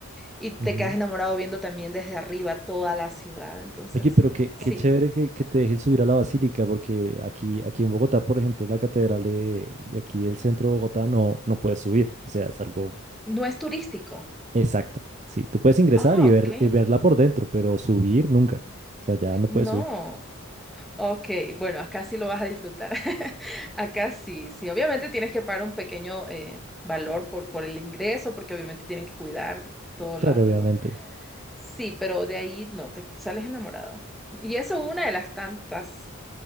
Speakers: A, in the centre; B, on the right.
A: Y
B: Ujú.
A: te quedas enamorado viendo también desde arriba toda la ciudad. Entonces,
B: Oye, pero qué, qué
A: sí,
B: chévere que, que te dejen subir a la basílica, porque aquí, aquí en Bogotá, por ejemplo, la catedral de, de aquí del centro de Bogotá no, no puedes subir. O sea, es algo
A: no es turístico.
B: exacto. Sí, tú puedes ingresar
A: Ah,
B: y
A: ok.
B: ver, y verla por dentro, pero subir nunca. O sea, ya no
A: No.
B: puedes subir.
A: Ok, bueno, acá sí lo vas a disfrutar. <laughs> Acá sí, sí. Obviamente tienes que pagar un pequeño eh, valor por, por el ingreso, porque obviamente tienen que cuidar todo
B: Claro,
A: la-
B: obviamente.
A: lo... Sí, pero de ahí no, te sales enamorado. Y eso es una de las tantas.